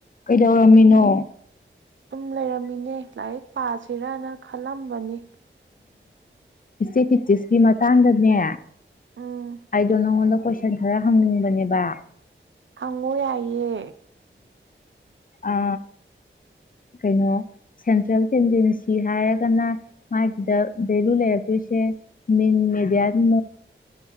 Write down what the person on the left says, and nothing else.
ꯀꯩꯗꯧꯔꯝꯃꯤꯅꯣ
ꯏꯆꯦ ꯀꯦꯆꯤꯁꯀꯤ ꯃꯇꯥꯡꯗꯅꯦ
ꯑꯩꯗꯣ ꯅꯪꯉꯣꯟꯗ ꯀꯣꯏꯁꯟ ꯈꯔ ꯍꯪꯅꯤꯡꯕꯅꯦꯕ
ꯑ ꯀꯩꯅꯣ ꯁꯦꯟꯇ꯭ꯔꯦꯜ ꯇꯦꯟꯗꯦꯟꯁꯤ ꯍꯥꯏꯔꯒꯅ ꯃꯥꯒꯤꯗ ꯚꯦꯂꯨ ꯂꯩꯔꯛꯇꯣꯏꯁꯦ ꯗꯤ ꯃ <unintelligible> ꯑꯗꯨ